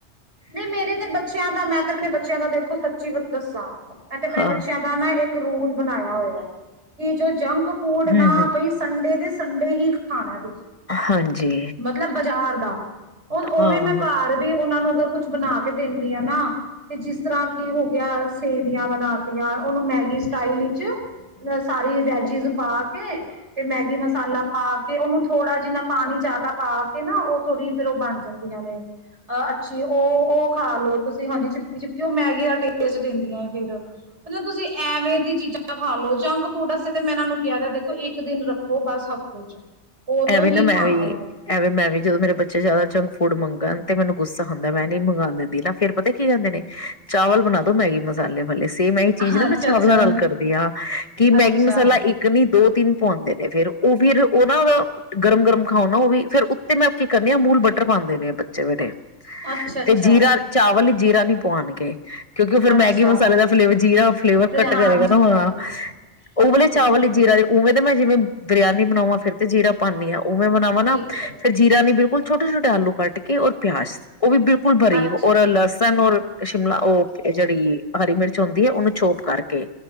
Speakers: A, on the right (about 80°); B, on the left (about 30°).
A: ਨਹੀਂ ਮੇਰੇ ਤੇ ਬੱਚੇ ਬੱਚਿਆਂ ਦਾ ਮੈਂ ਤੇ ਆਪਣੇ ਬੱਚਿਆਂ ਦਾ ਦੇਖੋ ਸੱਚੀ ਦੱਸਾਂ ਅਤੇ ਆਪਣੇ
B: ਹਾਂ
A: ਬੱਚਿਆਂ ਦਾ ਨਾ ਇੱਕ ਇੱਕ ਰੂਲ ਬਣਾਇਆ ਹੋਇਆ ਕਿ ਜੋ ਜੰਕ ਫੂਡ
B: ਹਮ
A: ਨਾ ਬਈ ਸੰਡੇ ਦੇ ਸੰਡੇ ਹੀ ਖਾਣਾ ਤੁਸੀਂ
B: ਹਾਂਜੀ
A: ਮਤਲਬ ਬਾਜ਼ਾਰ ਦਾ ਉਹ
B: ਹਾਂ
A: ਉਵੇਂ ਮੈਂ
B: ਹਾਂ
A: ਘਰ ਵੀ ਉਹਨਾਂ ਨੂੰ ਅਗਰ ਕੁਛ ਬਣਾ ਕੇ ਦਿੰਦੀ ਹਾਂ ਨਾ ਤੇ ਜਿਸ ਤਰ੍ਹਾਂ ਕੀ ਹੋ ਗਿਆ ਸੇਵੀਆਂ ਬਣਾਤੀਆਂ ਉਹਨੂੰ ਮੈਗੀ ਸਟਾਈਲ ਵਿੱਚ ਸਾਰੀ ਵੈਜਿਸ ਪਾ ਕੇ ਤੇ ਮੈਗੀ ਮਸਾਲਾ ਪਾ ਕੇ ਉਹਨੂੰ ਥੋੜਾ ਜਿੰਨਾ ਪਾਣੀ ਜਿਆਦਾ ਪਾ ਕੇ ਨਾ ਥੋੜ੍ਹੀ ਫੇਿਰ ਉਹ ਬਣ ਜਾਂਦੀਆਂ ਨੇ ਅਹ ਅੱਛਾ ਉਹ ਉਹ ਖਾ ਲੋ ਤੁਸੀਂ ਹਾਂਜੀ ਚੁਪੀ ਚਿੱਪੀ ਉਹ ਮੈਗੀ ਦਾ ਟੇਸਟ ਦਿੰਦੀਆਂ ਫੇਿਰ ਮਤਲਬ ਤੁਸੀਂ ਐਵੇਂ ਦੀ ਚੀਜ਼ਾਂ ਖਾ ਲਓ ਜੰਕ ਫੂਡਤੇ ਤੇ ਮੈਂ ਇਹ ਨੂੰ ਕਿਹਾਦ ਹੈ ਦੇਖੋ ਇੱਕ ਦਿਨ ਰੱਖੋ ਬਸ ਹਫ਼ਤੇ ਚ ਉਦੋਂ
B: ਐਵੇਂ
A: ਹੀ
B: ਨਾ ਮੈਂ
A: ਖਾਣਾ
B: ਵੀ
A: ਹੈ
B: ਐਵੇਂ ਮੈਂ ਵੀ ਜਦੋਂ ਮੇਰੇ ਬੱਚੇ ਜ਼ਿਆਦਾ ਜੰ ਫੂਡ ਮੰਗਣ ਤੇ ਮੈਨੂੰ ਗੁੱਸਾ ਹੁੰਦਾ ਮੈਂ ਨ ਮੰਗਵਾ ਦਿੰਦੀ ਨਾ ਫ਼ੇ ਪਤਾ ਕੀ ਕਹਿੰਦੇ ਨੇ ਚਾਵਲ ਬਣਾ ਦੋ ਮੈਗੀ ਮਸਾਲੇ ਵਾਲੇ ਸੇਮ ਇਹੀ ਚੀਜ਼
A: ਹਾਂ
B: ਨਾ
A: ਅੱਛਾ-ਅੱਛਾ,
B: ਮੈਂ ਚਾਵਲਾਂ ਨਾਲ ਕਰਦੀ ਹਾਂ ਕਿ
A: ਅੱਛਾ,
B: ਮੈਗੀ ਮਸਾਲਾ ਇੱਕ ਨੀ ਦੋ ਤਿੰਨ ਪਾਉਂਦੇ ਨੇ ਫੇਿਰ ਉਹ ਫਿਰ ਉਹ ਨਾ ਉਹਦਾ ਗਰਮ ਗਰਮ ਖਾਉ ਨਾ ਉਹ ਵੀ ਫੇਿਰ ਉੱਤੇ ਮੈਂ ਕੀ ਕਰਨੀ ਆ ਮੂਲ ਬਟਰ ਪਾਉਂਦੇ ਨੇ ਆ ਬੱਚੇ ਵੇਟੇ
A: ਅੱਛਾ-ਅੱਛਾ, ਅੱਛਾ
B: ਤੇ ਜੀਰਾ
A: ਅੱਛਾ
B: ਚਾਵਲ ਹੀ ਜੀਰਾ ਨਹੀਂੀ ਪਆਉਣਗੇ ਕਿਉਂਕਿ ਉਹ ਫਿਰ
A: ਅੱਛਾ
B: ਮੈਗੀ ਮਸਾਲੇ ਦਾ ਫਲੇ ਜੀਰਾ ਫਲੇਵਰ
A: ਤੇ
B: ਘੱਟ
A: ਹਾਂਜੀ-ਹਾਂਜੀ
B: ਕਰੇਗਾ ਤਾਂ ਹ ਉਹ
A: ਬਿਲਕੁਲ-ਬਿਲਕੁਲ
B: ਵਾਲਲੇ ਚਾਵਲ ਜੀਰਾ ਉਵੇਂ ਤੇ ਮੈਂ ਜਿਵੇਂ ਬਰਿਆਨੀ ਬਣਾਵਾਂ ਫਿਰ ਤੇ ਜੀਰਾ ਪਾਉਂਦੀ ਆ ਉਹ ਮੈਂ ਬਣਾਵਾਾਂ ਨਾ
A: ਠੀਕ ਐ।
B: ਫੇਿਰ ਜੀਰਾ ਨ ਬਿਲਕੁਲ ਛੋਟੇ ਛੋਟੇ ਆਲੂ ਕੱਟ ਕੇ ਔਰ ਪਿਆਜ ਉਹ ਵੀ ਬਿਲਕੁਲ ਭਰੀਏ
A: ਅੱਛ
B: ਰ ਲਸਣ ਔਰ ਸ਼ਿਮਲਾ ਉਹ ਜਿਹੜੀ ਹਰੀ ਮਿਰਚ ਹੁੰਦੀ ਹੈ ਉਹਨੂੰ ਛੋਪ ਕਰਕੇ